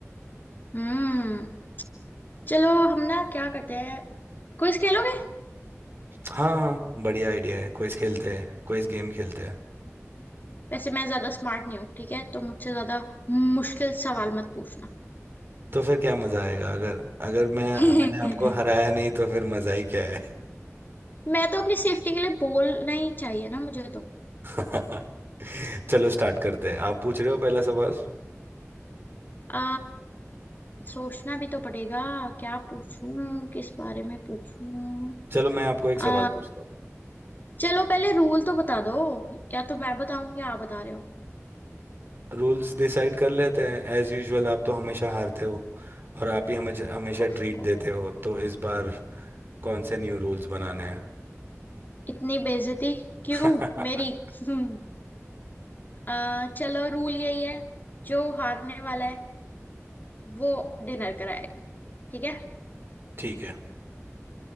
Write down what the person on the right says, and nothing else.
हाँ हाँ बढ़िया आइडिया है क्विज खेलते हैं क्विज गेम खेलते हैं
तो फिर क्या मजा आएगा अगर अगर मैं
मैंने आपको हराया नहीं तो फिर मजा ही क्या है
<laughs> चलो स्टार्ट करते हैं आप पूछ रहे हो पहला सवाल
चलो मैं आपको एक सवाल
पूछता हूँ
रूल्स डिसाइड कर लेते हैं एज यूजुअल आप तो हमेशा हारते हो और आप ही हमें हमेशा
ट्रीट देते हो तो इस बार कौन से न्यू रूल्स बनाने हैं
<laughs>
ठीक है